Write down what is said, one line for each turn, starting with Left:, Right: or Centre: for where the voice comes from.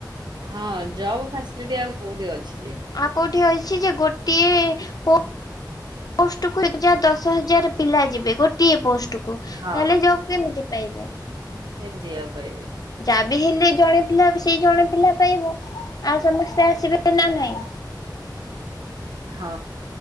Right: ହଁ ଜବ୍ ଫ୍ୟାସିଲିଟି ଆଉ କୋଉଠି ଅଛି ଯେ?
Left: ଆଉ କୋଉଠି ଅଛି ଯେ ଗୋଟିଏ ପୋ ପୋଷ୍ଟକୁ ଏକ୍ଜା ଦଶ ହଜାରେ ପିଲା ଯିବେ ଗୋଟିଏ ପୋ ତୋକୁ ତାହେଲେ
Right: ହଁ
Left: ଜବ୍ କେମିତି ପାଇବେ?
Right: କେମ୍ତି ଆଉ ପାଇବେ?
Left: ଯା ବିି ହେଲେ ଜଣେ ପିଲା ବି ସେଇ ଜଣେ ପିଲା ପାଇବ ଆଉ ସମସ୍ତେ ଆସିବେ ନା ନ୍ହାଇଁ।
Right: ହଁ